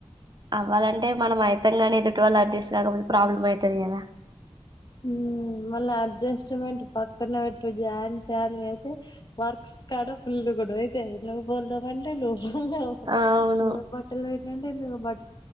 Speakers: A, on the right; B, on the left.
A: అవ్వాలంటే మనం ఐతం గానీ ఎదుటి వాళ్ళు అడ్జస్ట్ కాకపోతే ప్రాబ్లం ఐతది కదా
B: ఊ మళ్ళా అడ్జస్ట్మెంట్ పక్కన పెట్టు జాయిన్ ఫ్యామిలీ అయితే వర్క్స్ కాడ ఫుల్లు గొడవ అయితాయి నువ్ బోలు దోమంటే నువ్ బోలు <inaudible>
A: అవును
B: నువ్ బట్టలు <inaudible> నువ్ బ